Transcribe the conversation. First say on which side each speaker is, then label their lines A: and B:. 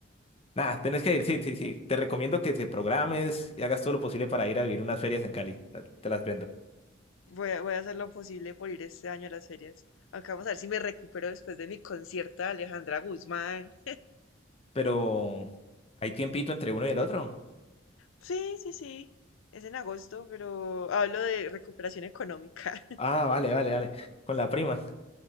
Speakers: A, on the left (about 30°); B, on the left (about 85°).
A: nada, tenés que ir, sí, sí, sí. Te recomiendo que te programes y hagas todo lo posible para ir a vivir unas ferias en Cali. eh, Te las vendo.
B: Voy a, voy a hacer lo posible por ir este año a las ferias. Acá vamos a ver si me recupero después de mi concierto de Alejandra Guzmán.
A: Pero hay tiempito entre uno y el otro.
B: Sí, sí, sí. Es en agosto, pero hablo de recuperación económica. <laughs>
A: Ah, vale, vale, vale. Con la prima.